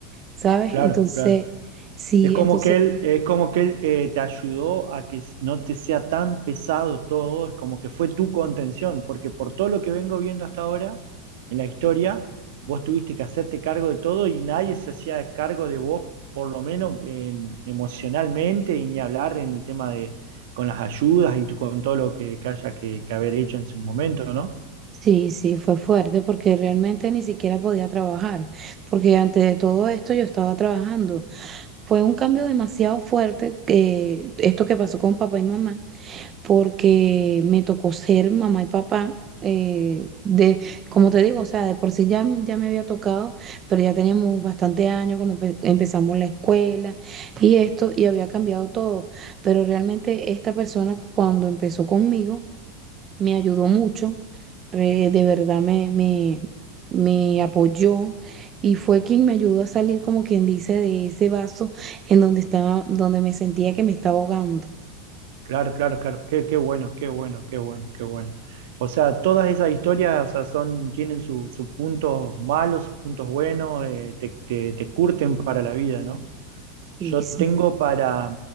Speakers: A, on the right (about 25°); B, on the right (about 70°).
A: ¿sabes?
B: claro,
A: Entonces,
B: claro.
A: sí,
B: Es como
A: entonces,
B: que él, es como que él eh, te ayudó a que no te sea tan pesado todo, es como que fue tu contención, porque por todo lo que vengo viendo hasta ahora en la historia, vos tuviste que hacerte cargo de todo y nadie se hacía cargo de vos, por lo menos en- emocionalmente, y ni hablar en el tema de con las ayudas y con todo lo que, que haya que, que haber hecho en su momento, ¿no?
A: sí, sí, fue fuerte porque realmente ni siquiera podía trabajar, porque antes de todo esto yo estaba trabajando. Fue un cambio demasiado fuerte que esto que pasó con papá y mamá. porque me tocó ser mamá y papá. eh, de, como te digo, o sea, de por sí ya, ya me había tocado, pero ya teníamos bastante años cuando empe- empezamos la escuela y esto, y había cambiado todo. Pero realmente esta persona cuando empezó conmigo me ayudó mucho, re- de verdad me, me, me apoyó y fue quien me ayudó a salir, como quien dice, de ese vaso en donde estaba, donde me sentía que me estaba ahogando.
B: Claro, claro, claro. Qué, qué bueno, qué bueno, qué bueno, qué bueno. O sea, todas esas historias, o sea, son, tienen su- sus puntos malos, sus puntos buenos, eh, te, te- te curten para la vida, ¿no?
A: Sí,
B: Yo
A: sí.
B: tengo para,